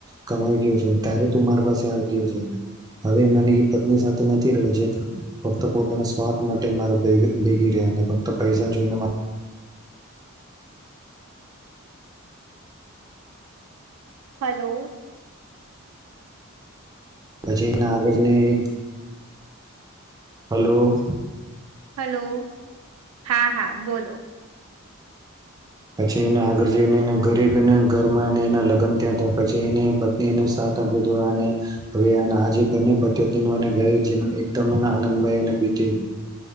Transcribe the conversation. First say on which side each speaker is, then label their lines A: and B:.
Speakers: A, on the right; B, on the right.
A: કમાઈ ગયું છે. ત્યારે તું માર પાસે આવીતી <inaudible> હવે મને પત્ની સાથે નથી રેવું જે ફક્ત પોતાના સ્વાદ માટે મારા ભેગી રહ્યા ફક્ત પૈસા જોઈને.
B: હલો,
A: પછી એના આગળને એક હલો,
B: હલો હા હા બોલો.
A: પછી એને આગળ જઈને એને ગરીબને ઘરમાં એને એના લગ્ન થયા હતા. પછી એને પત્ની એને સાથ આપી અને હવે, આજ બને ભત્યનું ભ જીવન એકદમ આનંદભાઈને બીતી